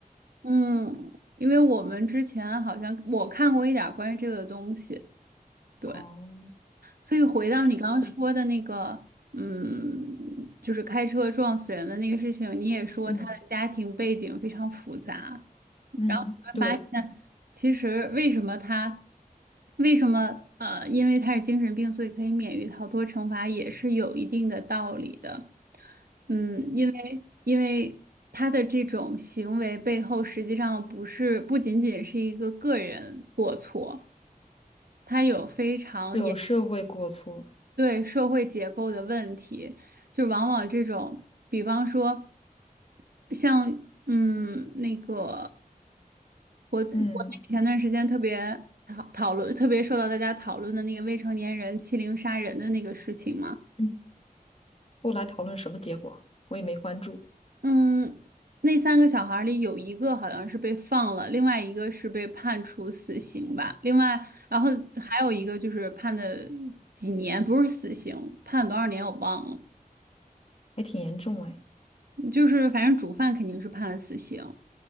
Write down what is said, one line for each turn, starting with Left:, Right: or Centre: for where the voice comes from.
Right: 嗯，因为我们之前好像我看过一点儿关于这个的东西，对。
Left: 哦，
Right: 所以回到你刚刚说的那个，
Left: 是，
Right: 嗯，就是开车撞死人的那个事情，你也说他的家庭背景非常复杂。
Left: 嗯嗯，
Right: 然后
Left: 对，
Right: 呢，其实为什么他，为什么呃，因为他是精神病，所以可以免于逃脱惩罚，也是有一定的道理的。嗯，因为因为他的这种行为背后，实际上不是不仅仅是一个个人过错。他有非常严。
Left: 有社会过错。
Right: 对社会结构的问题，就往往这种，比方说像嗯那个国国内前段时间特别讨讨论，
Left: 嗯
Right: 特别受到大家讨论的那个未成年人欺凌杀人的那个事情嘛，
Left: 嗯，后来讨论什么结果，我也没关注，
Right: 嗯，那三个小孩儿里有一个好像是被放了，另外一个是被判处死刑吧，另外然后还有一个就是判的几年，不是死刑，判多少年我忘了。
Left: 还挺严重哎。
Right: 就是反正主犯肯定是判了死刑，